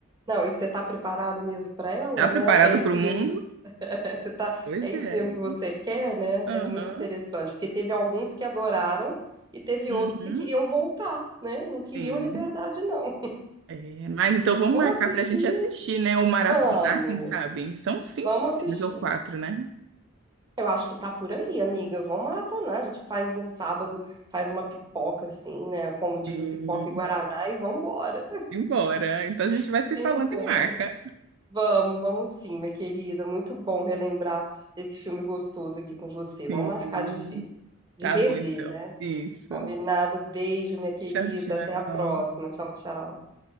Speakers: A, on the right; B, on the right.
A: Não, e você tá preparado mesmo para ela,
B: Tá preparado
A: né? É isso
B: para o mundo?
A: mesmo <laughs> Você tá...
B: Pois
A: É isso
B: é.
A: mesmo que você quer, né?
B: Aham.
A: É muito interessante, porque teve alguns que adoraram e teve
B: Uhum.
A: outros que queriam voltar, né? Não queriam
B: Sim.
A: a liberdade, não.
B: É, mas então vamos
A: Vamos
B: marcar
A: assistir?
B: pra gente assistir, né? Ou maratonar,
A: Vamos,
B: quem sabe? São cinco
A: vamos assistir.
B: filmes ou quatro, né?
A: Eu acho que tá por aí, amiga. Vamos maratonar. A gente faz um sábado, faz uma pipoca, assim, né? Como diz
B: Sim.
A: o pipoca e Guaraná, e vambora.
B: Simbora. Então a gente
A: <laughs>
B: vai se
A: Simbora.
B: falando e marca.
A: Vamos, vamos sim, minha querida. Muito bom relembrar desse filme gostoso aqui com você.
B: Sim.
A: Vamos marcar de ver, de
B: Tá
A: rever,
B: bom, então.
A: né?
B: Isso.
A: Combinado. Beijo, minha querida.
B: Tchau, tchau.
A: Até a próxima. Tchau, tchau.